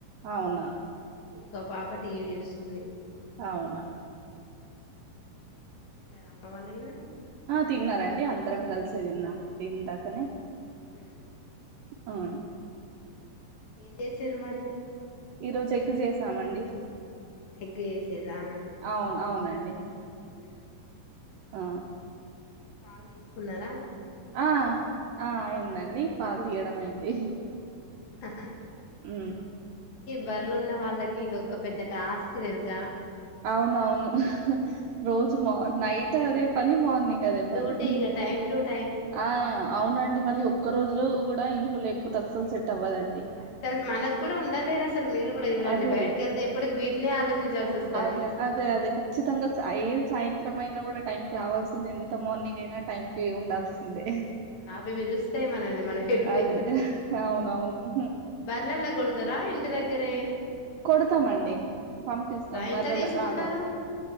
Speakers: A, on the right; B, on the left.
A: అవునా
B: ఇంకో పాప టీవీ చూస్తుంది.
A: అవునా
B: తిన్నారా <inaudible>
A: ఆ తిన్నారండి అందరం కలిసే తిన్నాము ఇందాకనే
B: అ
A: ఆవు
B: ఏం చేసిన్రు మరి
A: ఈ రోజు ఎగ్ చేసామండి
B: ఎగ్గు చేసిరా
A: అవును అవునండి.
B: హ
A: ఆ
B: పాలు తీసుకున్నారా? పిండిర్రా
A: ఆ ఆ ఇను అయిందండి పాలు తీయడం అయింది
B: హహ
A: అ
B: బర్లు ఉన్న వాళ్ళకి ఏదొక్క పెద్ద టాస్క్ తెలుసా
A: అవునవును రోజు మ నైట్ అదే పని మార్నింగ్ అదే
B: డ్యూటీకా
A: పని
B: టై ట
A: ఆ అవునండి మళ్ళీ ఒక్క రోజులు కూడా ఇంట్లో లేకపోతే అస్సలు సెట్ అవ్వదండి.
B: అసలు మనకు కూడా ఉండలేదు అసలు మీరు కూడా చూడండి
A: అదే.
B: బయటకి వెళ్తే ఎప్పటికి వీటినే ఆలోచించాల్సి వస్తుంది.
A: అదే. అదే. అదే. ఖచ్చితంగా స ఏ సాయంత్రం అయినా కూడా టైం కి రావాల్సింది ఎంత మార్నింగ్ అయినా టైం కి ఉండాల్సింది సిందే
B: అవి పిలుస్తాయి మనల్ని మనం ఎటుపోయినా
A: అదే. అవునవును. హుహు.
B: బర్లల్లో కొడతారా ఇ ఇ దగ్గర
A: కొడతామండి పంపిస్తాం బర్లేలాక
B: ఎంత తీసుకుంటారు
A: ఆ కొడతాం